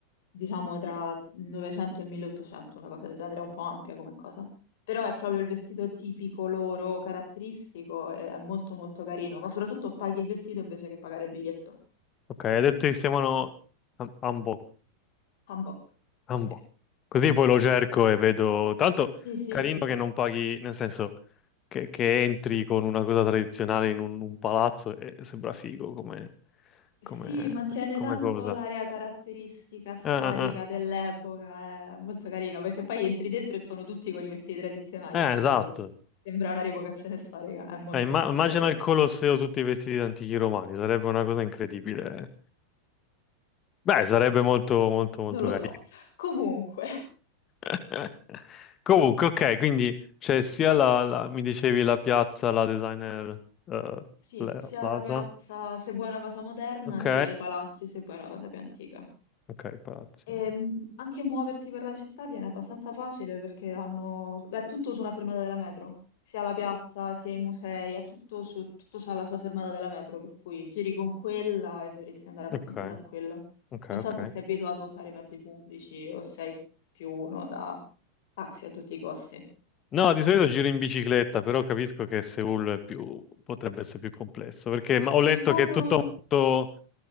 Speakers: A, on the left; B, on the left.
A: diciamo tra il Novecento e il 1800, una cosa del genere, è un po' ampia come cosa, però è proprio il vestito tipico loro, caratteristico, e è molto molto carino, ma soprattutto paghi il vestito invece che pagare il biglietto.
B: ok, hai detto che si chiamano Am- Hanbok.
A: Hanbok.
B: Ambo.
A: Sì,
B: Così poi lo cerco e vedo. Tanto
A: sì, sì.
B: carino
A: sì.
B: che non paghi, nel senso che, che entri con una cosa tradizionale in un, un palazzo e sembra figo come,
A: Sì,
B: come-
A: mantiene
B: come
A: tanto
B: cosa.
A: l'area caratteristica storica
B: Eh, eh, eh.
A: dell'epoca, è molto carino, perché poi entri dentro e sono tutti con i vestiti tradizionali,
B: Eh,
A: quindi
B: esatto.
A: sembra una rievocazione storica, è molto
B: Eh, imma-
A: molto
B: immagina
A: carino.
B: il Colosseo tutti vestiti da antichi romani, sarebbe una cosa incredibile. Beh, sarebbe molto, molto, molto
A: Non lo
B: carino.
A: so. Comunque,
B: <laughs> Comunque, ok, quindi c'è sia la, la- mi dicevi la piazza, la designer eh,
A: sì,
B: la
A: sia
B: Plaza.
A: la piazza se vuoi una cosa moderna,
B: Ok,
A: sia i palazzi se vuoi una cosa più antica.
B: ok, palazzi.
A: E, mh, anche muoverti per la città viene abbastanza facile perché hanno... è tutto su una fermata della metro, sia la piazza, sia i musei, è tutto su... tutto c'ha la sua fermata della metro, per cui giri con quella e dovresti andare abbastanza
B: Ok,
A: tranquillo.
B: ok,
A: Non
B: ok.
A: so se sei abituato a usare i mezzi pubblici o sei più uno da taxi a tutti i costi.
B: No, di solito giro in bicicletta, però capisco che Seul è più, potrebbe essere più complesso, perché ma- ho letto
A: Ci sono...
B: che è tutto molto,